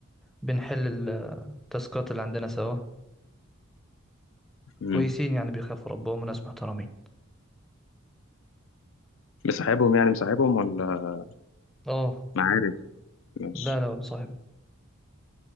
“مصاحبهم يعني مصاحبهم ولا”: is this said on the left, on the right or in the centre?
Left